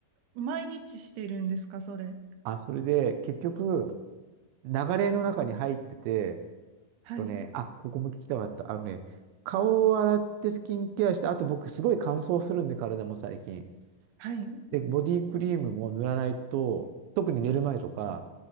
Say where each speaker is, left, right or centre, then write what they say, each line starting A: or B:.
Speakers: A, on the right; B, on the right.
A: 毎日してるんですか、それ。
B: あ、それで、結局、流れの中に入ってて、
A: はい。
B: とね、あ、ここも聞きたかった。あのね、顔を洗ってスキンケアして、あと僕すごい乾燥するんで、体も最近。
A: はい。うん
B: で、ボディクリームも塗らないと、特に寝る前とか、